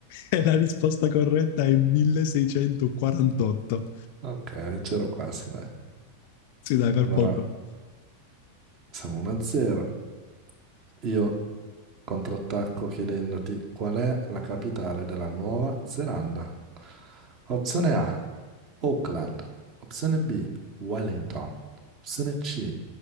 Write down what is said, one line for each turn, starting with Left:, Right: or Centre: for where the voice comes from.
Left: e la risposta corretta è 1648.
Right: Ok, c'ero quasi, dai.
Left: Sì, dai, per
Right: Allora,
Left: poco.
Right: siamo 1-0. Io Contrattacco chiedendoti qual è la capitale della Nuova Zelanda. Opzione A, Auckland. Opzione B, Wellington. Opzione C,